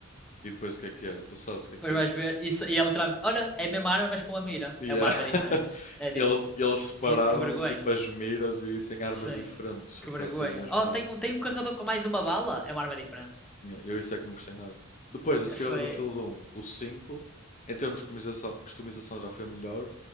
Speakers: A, on the left; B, in the centre.
A: E depois o que é que era? Tu sabes o que é que
B: Depois
A: era?
B: vais ver. Isso, e é literalmente. Olha, é a mesma arma, mas com uma mira.
A: Yeah.
B: É uma arma
A: <laughs>
B: diferente. É tipo.
A: Eles, eles separaram
B: Que, que vergonha.
A: tipo as miras e isso em armas
B: Sim.
A: diferentes, apesar
B: Que vergonha.
A: de serem a mesma
B: Oh, tem
A: arma.
B: um, tem um carregador com mais uma bala? É uma arma diferente.
A: Yeah, Eu isso é que não gostei nada. Depois, a seguir
B: Foi.
A: ao Battlefield 1, o cinco. em termos de customização, customização já foi melhor,